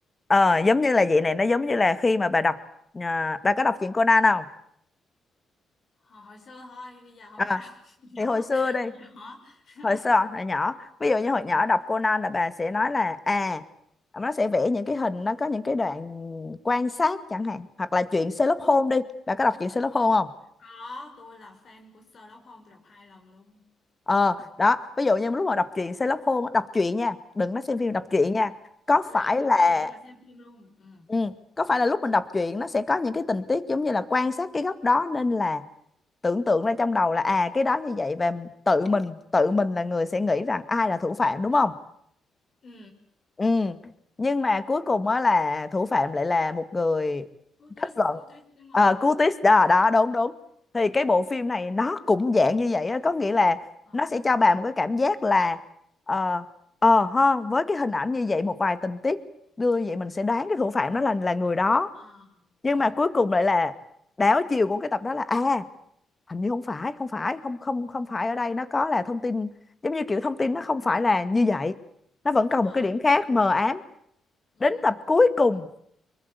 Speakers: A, on the left; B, on the left.
A: ờ, giống như là vậy này nó giống như là khi mà bà đọc à, bà có đọc truyện Conan không
B: hồi, hồi xưa thôi bây giờ không
A: à,
B: có đọc <laughs> nhỏ
A: thì hồi xưa đi
B: hồi nhỏ <laughs>
A: hồi xưa hồi nhỏ ví dụ như hồi
B: ừ.
A: nhỏ đọc Conan là bà sẽ nói là à nó sẽ vẽ những cái hình nó có những cái đoạn quan sát chẳng hạn hoặc là chuyện Sherlock Holmes đi bà có đọc chuyện Sherlock Holmes không
B: có tôi là fan của Sherlock Holmes tôi đọc hai lần luôn
A: ờ
B: ừ.
A: đó ví dụ như lúc mà đọc truyện Sherlock Holmes á, đọc truyện nha đừng nói xem phim đọc
B: Ừ.
A: truyện nha có
B: đọc truyện
A: phải là
B: đọc truyện và xem phim luôn ừ.
A: ừ, có phải là lúc mình đọc truyện nó sẽ có những cái tình tiết giống như là quan sát cái góc đó nên là tưởng tượng ra trong đầu là à cái đó như vậy và tự mình tự mình là người sẽ nghĩ rằng ai là thủ phạm đúng không
B: Ừ.
A: ừ nhưng mà cuối cùng á là thủ phạm lại là một người
B: Cú
A: kết
B: twist
A: luận
B: cú twist đúng
A: ờ
B: không
A: Curtis đó đó đúng đúng thì cái bộ phim này nó cũng dạng như vậy á có nghĩa là
B: <laughs>
A: nó sẽ cho
B: Ờ,
A: bà một cái cảm giác là ờ ờ ha với cái hình ảnh như vậy một vài tình tiết đưa như vậy mình sẽ đoán cái thủ phạm đó là là người đó
B: ờ,
A: nhưng
B: ờ,
A: mà cuối cùng lại là đảo chiều của cái tập đó là à hình như không phải không phải không không không phải ở đây nó có là thông tin giống như kiểu thông tin nó không phải là như vậy nó vẫn
B: đúng
A: còn
B: rồi
A: một cái điểm khác mờ ám
B: ừ.
A: đến tập cuối cùng